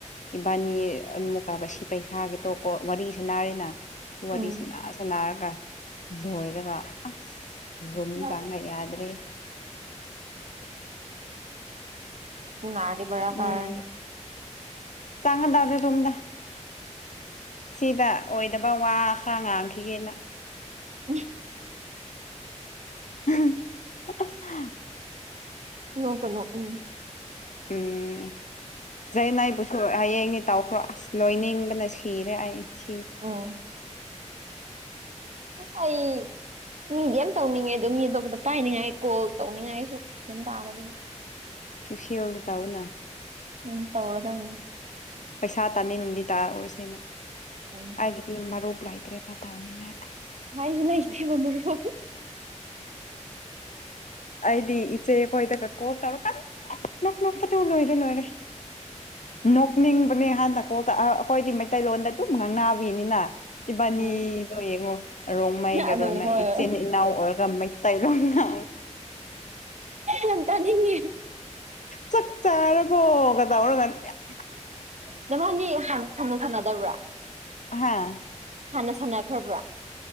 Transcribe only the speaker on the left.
ꯏꯕꯥꯅꯤ ꯑꯃꯨꯛꯀꯥꯕ ꯁꯤ ꯄꯩꯁꯥꯒꯤꯦ ꯇꯣꯀꯣ ꯋꯥꯔꯤꯁ ꯅꯥꯔꯦꯅ ꯋꯥꯔꯤ
ꯁꯅꯔ ꯂꯣꯏꯔꯒ ꯑꯁ ꯔꯨꯝ
ꯆꯪꯉ ꯌꯥꯗ꯭ꯔꯦ
ꯎꯝ ꯆꯥꯡ ꯔꯦ ꯇꯣꯝꯗ ꯁꯤꯗ ꯑꯣꯏꯗꯕ ꯋꯥ ꯈꯔ ꯉꯥꯡꯈꯤꯒꯦꯅ
<unintelligible>
ꯎꯝ ꯆꯏꯅꯥ ꯄꯁꯣ ꯍꯥꯏ ꯇꯧꯈ꯭ꯔꯣ ꯑꯁ ꯂꯣꯏꯅꯤꯡꯕꯅ ꯁꯤꯔꯦ ꯑꯩ ꯁꯤꯔꯤ
ꯁꯨꯁꯤꯜꯗ ꯇꯥꯎꯅ
ꯄꯩꯁꯥ ꯇꯥꯅꯤ ꯅꯨꯡꯗꯤ ꯇꯥꯔꯛꯎꯔꯤꯁꯦꯅ
ꯍꯥꯏꯗꯤ ꯃꯔꯔꯨꯞ ꯭ꯂꯥꯏꯇ꯭ꯔꯦꯕ ꯇꯥꯎꯅꯤꯡꯉꯥꯏ
ꯑꯩꯗꯤ ꯏꯆꯦꯣꯣꯏꯗ ꯀ ꯀꯣ ꯀ ꯅꯅꯄ ꯂꯣꯏꯔꯦ ꯂꯣꯏꯔꯦ ꯅꯣꯛꯅꯤꯡ ꯍꯥꯟꯅꯀꯣꯗ ꯑꯩꯈꯣꯏꯗꯤ ꯃꯩꯇꯩꯂꯣꯟꯗ ꯑꯗꯨꯝ ꯉꯥꯡꯅꯥꯕꯤꯅꯤꯅ ꯏꯤꯕꯥꯅꯤꯗꯣ
ꯌꯦꯡꯉꯣ ꯔꯣꯡꯃꯩ ꯀꯔꯣꯏ
ꯃꯩ
ꯏꯆꯤꯟ ꯏꯅꯥꯎ ꯑꯣꯏꯔꯒ ꯃꯩꯇꯩꯂꯣꯟꯅ
ꯆꯛ ꯆꯔꯕꯣ ꯀ <unintelligible>
ꯍꯥꯥ